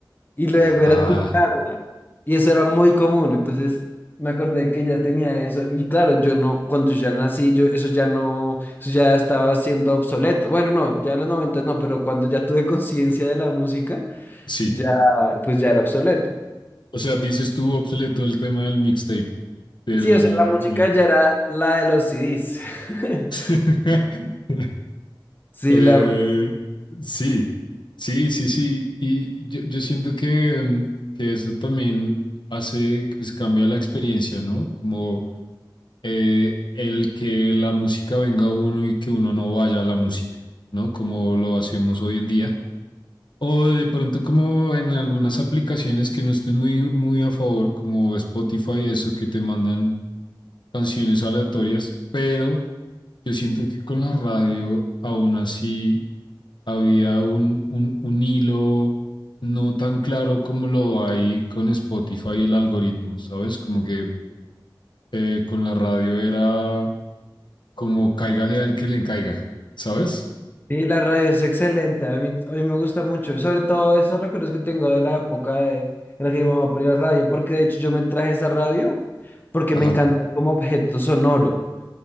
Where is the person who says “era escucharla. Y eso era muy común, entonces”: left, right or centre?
Left